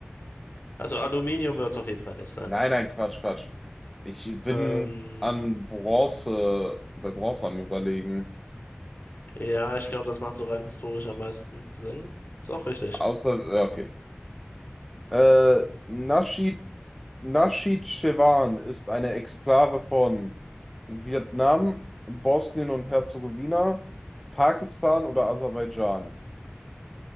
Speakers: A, on the left; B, in the centre.
A: Also Aluminium wird es auf jeden Fall nicht
B: Nein, nein, Quatsch, Quatsch. Ich bin
A: Ähm,
B: an Bronze, bei Bronze am Überlegen.
A: ja, ich glaube, das macht so rein historisch am meisten Sinn. Ist auch richtig.
B: Außer, äh, okay. Äh, Naschid, Naschid Chewan ist eine Exklave von Vietnam, Bosnien und Herzegowina, Pakistan oder Aserbaidschan.